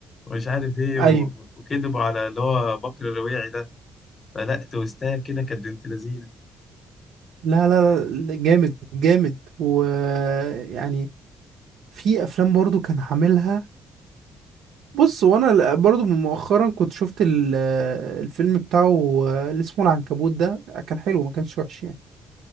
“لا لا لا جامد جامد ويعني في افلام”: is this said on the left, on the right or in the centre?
Right